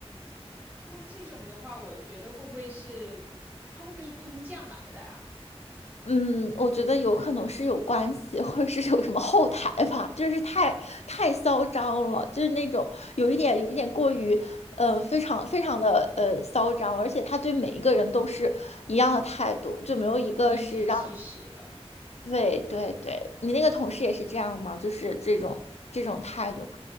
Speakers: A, on the right; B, on the left.
A: 那这种的话，我觉得会不会是他会不会是空降来的呀、
B: 嗯，我觉得有可能是有关系，或者是有什么后台吧，就是太太嚣张了，就是那种有一点有一点过于，呃，非常非常的呃嚣张，而且他对每一个人都是一样的态度，就没有一个是让，
A: 颐指气使的。
B: 对对对，你那个同事也是这样吗？就是这种这种态度吗？